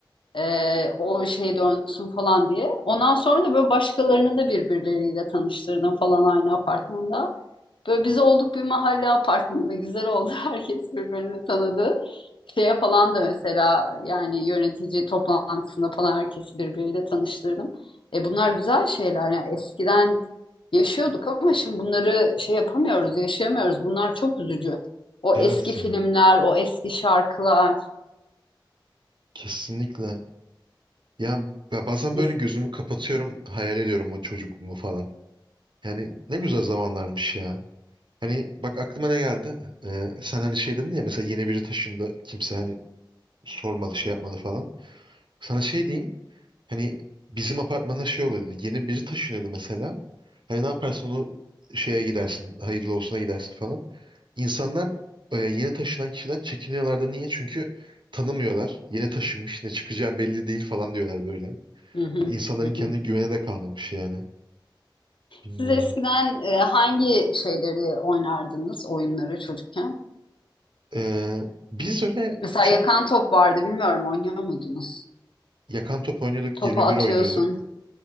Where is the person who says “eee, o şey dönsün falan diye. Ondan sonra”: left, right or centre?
Left